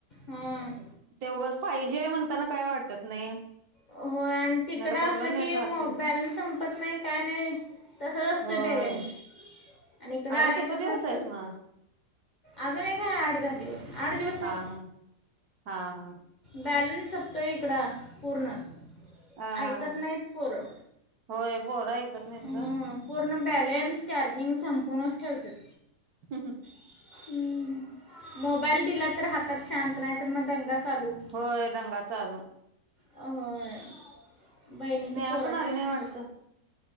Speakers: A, on the left (about 40°); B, on the right (about 65°).
A: हां
B: ते उगाच पाहिजे म्हणताना काय वाटत नाही.
A: होय. आणि तिकड
B: नाही तर
A: असलं
B: कुठलं नेट
A: की
B: राहते
A: बॅलन्स संपत नाही काय नाही. तसाच असतोय
B: होय
A: बॅलन्स. आणि इकडं आल्यापासन,
B: अजून किती दिवस आहेस मग
A: अजून एक हाय आठ दहा दिवस. आठ दिवस आहे.
B: हा हा हा हा
A: बॅलन्स संपतोय इकडं पूर्ण
B: हा..
A: ऐकत नाहीत पोरं
B: होय पोर ऐ कत नाहीत
A: हं,
B: ग.
A: पूर्ण बॅलन्स चार्जिंग संपुनच ठेवत्यात.
B: हम् हम.
A: ह. मोबाईल दिला तर हातात शांत, नाही तर मग दंगा चालू.
B: होय दंगा चालू
A: अ होय. बहिणीची
B: स्नेहा
A: पोर
B: पण आली
A: तेन हायत.
B: नाही वाटतं